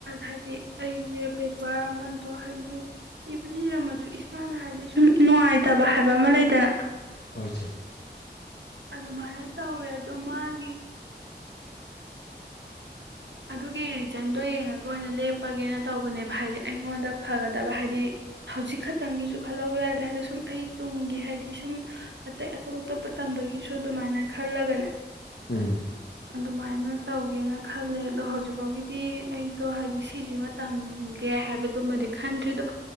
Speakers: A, on the right; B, on the left.
A: ꯍꯥꯏꯗꯤ ꯑꯩꯁꯦ ꯄꯦꯄꯔ ꯑꯃꯗꯣ ꯍꯥꯏꯗꯤ ꯏꯕꯨꯗꯤ ꯏꯔꯝꯃꯁꯨ ꯏꯁꯥꯅ ꯍꯥꯏꯗꯤ ꯁꯨꯝ ꯅꯨꯡꯉꯥꯏꯇꯕ ꯍꯥꯏꯕ ꯑꯃ ꯂꯩꯗꯅ
B: ꯍꯣꯏ ꯆꯦ
A: ꯑꯗꯨꯃꯥꯏꯅ ꯇꯧꯋꯦ ꯑꯗꯣ ꯃꯥꯒꯤ ꯑꯗꯨꯒꯤ ꯔꯤꯖꯟꯗꯣ ꯌꯦꯡꯉꯒ ꯑꯣꯏꯅ ꯂꯦꯞꯄꯒꯦꯅ ꯇꯧꯕꯅꯦꯕ ꯍꯥꯏꯗꯤ ꯑꯩꯉꯣꯟꯗ ꯐꯒꯗꯕ ꯍꯥꯏꯗꯤ ꯍꯧꯖꯤꯛ ꯈꯛꯇꯪꯒꯤꯁꯨ ꯈꯜꯍꯧꯕ ꯌꯥꯗꯦ ꯍꯥꯏꯗꯤ ꯁꯨꯝ ꯑꯩ ꯇꯨꯡꯒꯤ ꯍꯥꯏꯗꯤ ꯁꯨꯝ ꯑꯇꯩ ꯑꯇꯣꯞ ꯑꯇꯣꯞꯄ ꯇꯝꯕꯒꯤꯁꯨ ꯑꯗꯨꯃꯥꯏꯅ ꯈꯜꯂꯒꯅꯦ
B: ꯎꯝ
A: ꯑꯗꯨꯃꯥꯏꯅ ꯇꯧꯒꯦꯅ ꯈꯜꯂꯦ ꯑꯗꯣ ꯍꯧꯖꯤꯛ ꯐꯥꯎꯒꯤꯗꯤ ꯑꯩꯗꯣ ꯍꯥꯏꯗꯤ ꯁꯤꯖꯤꯃ ꯇꯝꯒꯦ ꯍꯥꯏꯕꯗꯨꯃꯗꯤ ꯈꯟꯗ꯭ꯔꯤ ꯑꯗꯣ